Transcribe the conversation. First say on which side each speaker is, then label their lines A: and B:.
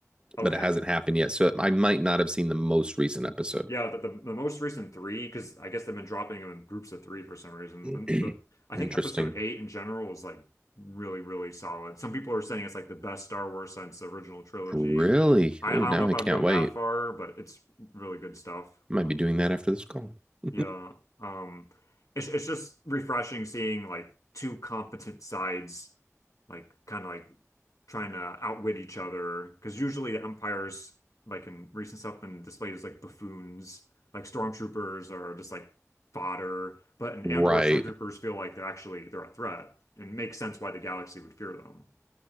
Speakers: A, on the left; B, on the right.
A: okay.
B: but it hasn't happened yet. So I might not have seen the most recent episode.
A: Yeah, the, the, the most recent three, because I guess they've been dropping them in groups of three for some reason.
B: <clears throat>
A: And the I think
B: Interesting.
A: episode eight in general was like really, really solid. Some people are saying it's like the best Star Wars since the original trilogy.
B: Really?
A: I,
B: Oh,
A: I don't
B: now
A: know
B: I
A: if
B: can't
A: I would go
B: wait.
A: that far, but it's really good stuff.
B: I Might
A: Um,
B: be doing that after this call. <laughs>
A: Yeah. Um, it's it's just refreshing seeing like two competent sides like kind of like trying to outwit each other because usually the Empire's like in recent stuff been displayed as like buffoons, like stormtroopers are just like fodder, but in
B: Right.
A: Andor stormtroopers feel like they're actually they're a threat and makes sense why the galaxy would fear them.